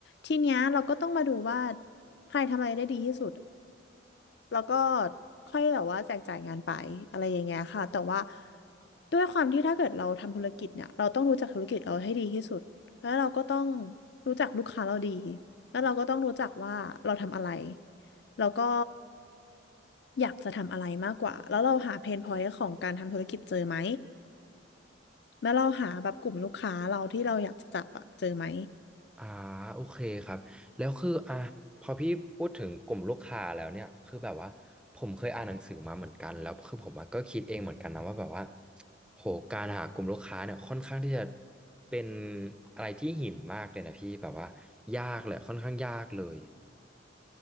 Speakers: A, on the left (about 60°); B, in the centre.
A: ทีเนี้ยเราก็ต้องมาดูว่าใครทำอะไรได้ดีที่สุด แล้วก็ค่อยแบบว่าแจกจ่ายงานไปอะไรอย่างเงี้ยค่ะแต่ว่าด้วยความที่ถ้าเกิดเราทำธุรกิจเนี่ยเราต้องรู้จักธุรกิจเราให้ดีที่สุดแล้วเราก็ต้องรู้จักลูกค้าเราดีแล้วเราก็ต้องรู้จักว่าเราทำอะไรแล้วก็อยากจะทำอะไรมากกว่าแล้วเราหาเพนพอยต์ของการทำธุรกิจเจอไหมแล้วเราหาแบบกลุ่มลูกค้าเราที่เราอยากจะจับอะเจอไหม
B: อ่าโอเคครับแล้วคืออ่ะพอพี่พูดถึงกลุ่มลูกค้าแล้วเนี่ยคือแบบว่าผมเคยอ่านหนังสือมาเหมือนกันแล้วคือผมอะก็คิดเองเหมือนกันนะว่าแบบว่าโหการหากลุ่มลูกค้าเนี่ยค่อนข้างที่จะเป็นอะไรที่หินมากเลยนะพี่แบบว่ายากเลยค่อนข้างยากเลย